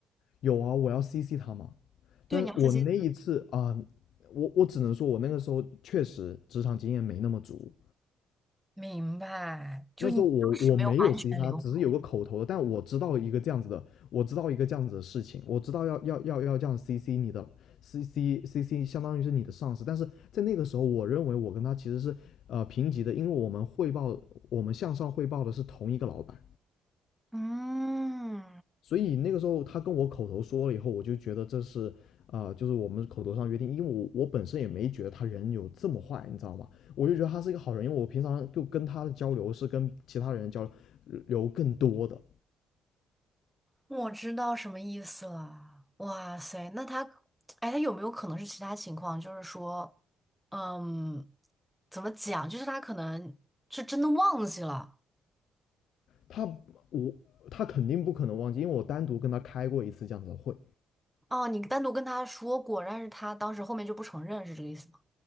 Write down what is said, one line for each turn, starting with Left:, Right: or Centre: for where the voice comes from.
Left: 有啊，我要 CC 他嘛。
Centre: 对，
Left: 但是我那一次啊、
Centre: 你要自己。
Left: 呃我我只能说，我那个时候确实职场经验没那么足，
Centre: 明白，就是你当时没有完全留痕。
Left: 那时候我我没有 C 他只是有个口头的，但我知道一个这样子的，我知道一个这样子的事情，我知道要要要要这样 CC 你的 CC CC 相当于是你的上司，但是在那个时候，我认为我跟他其实是呃平级的，因为我们汇报我们向上汇报的是同一个老板，
Centre: 嗯，
Left: 所以那个时候他跟我口头说了以后，我就觉得这是啊、呃就是我们口头上约定，因为我我本身也没觉得他人有这么坏，你知道吗？我就觉得他是一个好人，因为我平常就跟他的交流是跟其他人交流更多的。
Centre: 我知道什么意思了。哇塞，那他，哎，他有没有可能是其他情况？就是说，嗯，怎么讲？就是他可能是真的忘记了。
Left: 他我他肯定不可能忘记，因为我单独跟他开过一次这样子的会，
Centre: 哦，你单独跟他说过，但是他当时后面就不承认，是这个意思吗？